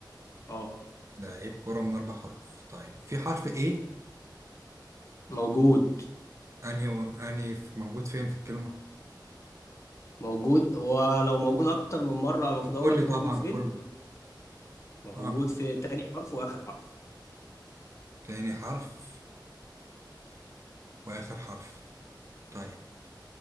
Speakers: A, on the left; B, on the right.
A: اه
B: لعيب كرة من أربع حروف طيب في حرف إيه
A: موجود
B: أنهي أنهي في- موجود فين في الكلمة
A: موجود ولو موجود اكتر من مره المفروض اقول
B: قول
A: لك
B: لي طبعا
A: موجود فين
B: كله
A: موجود
B: آه.
A: في تاني حرف واخر حرف
B: تاني حرف وآخر حرف طيب